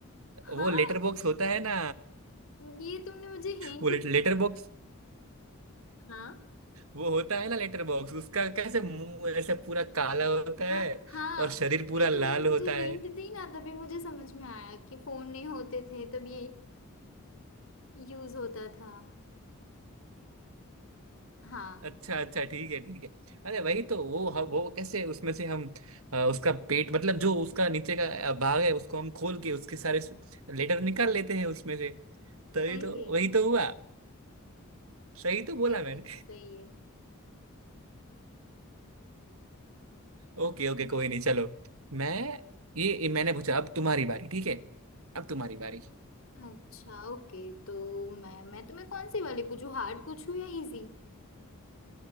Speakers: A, on the left; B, on the right.
A: हाँ
B: वो लेटर बॉक्स होता है ना
A: ये तुमने मुझे हिंट
B: वो ले, Letter box
A: हाँ
B: वो होता है ना लेटर बॉक्स उसका कैसे मुंह ऐसे पूरा काला होता
A: हाँ
B: है
A: हाँ
B: और शरीर पूरा
A: ये
B: लाल
A: तुमने मुझे
B: होता
A: हिंट
B: है
A: दी ना तभी मुझे समझ में आया कि फोन नहीं होते थे तब ये यूज होता था हाँ
B: अच्छा अच्छा ठीक है ठीक है अरे वही तो वो हम- वो कैसे उसमें से हम अ, उसका पेट मतलब जो उसका नीचे का अ, भाग है उसको हम खोल के उसके सारे लेटर निकाल लेते हैं उसमें से तो
A: सही
B: ये तो
A: है
B: वही तो हुआ सही तो बोला
A: सही
B: मैंने
A: है सही है
B: ओके ओके कोई नहीं चलो मैं ये ये मैंने पूछा अब तुम्हारी बारी ठीक है अब तुम्हारी बारी
A: अच्छा ओके तो मैं मैं तुम्हें कौन सी वाली पूछूं हार्ड पूछूं या इजी